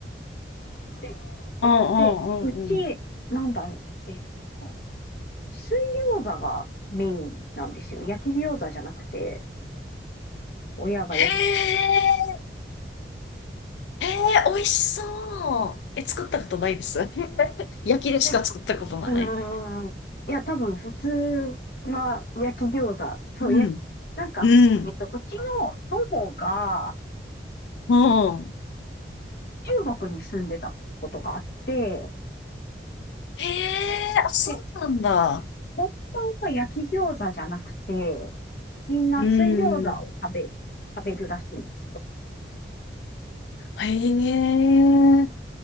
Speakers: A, on the left; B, on the left.
A: で、
B: うん、
A: で、
B: うん、
A: うち、
B: うん、うんうん。
A: なんだろう、えっと、水餃子がメインなんですよ。焼き餃子じゃなくて、親がよく作って
B: へえ、へえ、美味しそう。え、作ったことないです。<laughs> 焼きでしか作ったことない。
A: るうんんいや、多分普通は焼き餃子。そう、
B: うん、
A: 焼き、なんか、
B: うん、
A: えっと、うちの祖母が、
B: うん。
A: え、中国に住んでたことがあって、
B: へえ、あ、そうなんだ。
A: で、本当は焼き餃子じゃなくて、みんな水餃子を食べる、
B: うん。
A: 食べるらしいんですよ。
B: へえ、